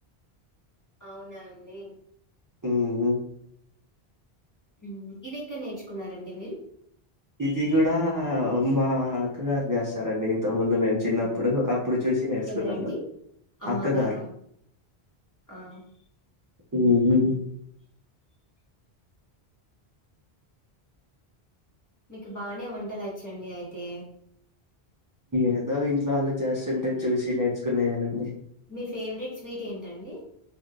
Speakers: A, on the left (about 20°); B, on the right (about 25°).
A: అవునా అండి
B: మ్మ్ ఊ
A: ఉమ్ ఇదేక్కడ నేర్చుకున్నారండి మీరు?
B: ఇది గూడా మా అక్కగారు చేస్తారండి ఇంత ముందు మేము చిన్నప్పుడు అప్ ఇప్పుడు చూసి నేర్చుకున్నాను
A: ఎవరండి అమ్మగారా
B: అక్కగారు
A: ఆ
B: ఉమ్ ఊ
A: మీకు బానే వంటలు వచ్చండి అయితే
B: ఏదో ఇంట్లో అలా చేస్తుంటే చూసి నేర్చుకున్నాయేనండి
A: మీ ఫేవరెట్ స్వీట్ ఏంటండి?